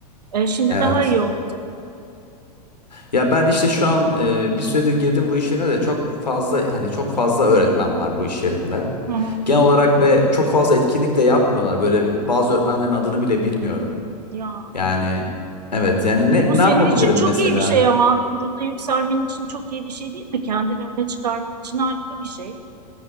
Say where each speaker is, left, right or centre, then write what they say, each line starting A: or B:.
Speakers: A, on the right (about 75°); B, on the left (about 85°).
A: E, şimdi
B: Evet.
A: daha iyi olur tabii.
B: Ya ben işte şu an e, bir süredir girdim bu iş yerine de çok fazla hani çok fazla öğretmen var bu iş yerinde.
A: Hı hı.
B: Genel olarak ve çok fazla etkinlik de yapmıyorlar. Böyle bazı öğretmenlerin adını bile bilmiyorum.
A: Ya
B: Yani evet yani ne
A: e, bu senin
B: ne yapabilirim
A: için çok
B: mesela?
A: iyi bir şey ama kurumda yükselmen için çok iyi bir şey değil mi? Kendini öne çıkarman için harika bir şey.